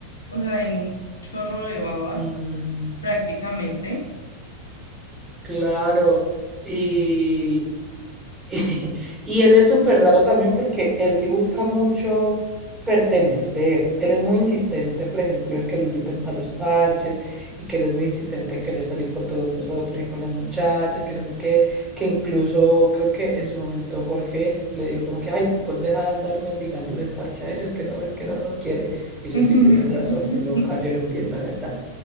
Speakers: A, on the left; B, on the right.
A: o sea, en un chorro de babas,
B: Mm,
A: prácticamente.
B: claro. Y, <laughs> Y él es súper raro también porque él sí busca mucho pertenecer. Él es muy insistente, por ejemplo, en que lo invitemos a los parches y que él es muy insistente en querer salir con todos nosotros y con las muchachas, que no sé qué, que incluso creo que en su momento Jorge le dijo como que, ay, pues deja de andar mendigándoles parche a ellos, que no ves que no nos quieren. Y yo
A: <laughs>
B: sí, tienen razón, no cayeron bien, la verdad.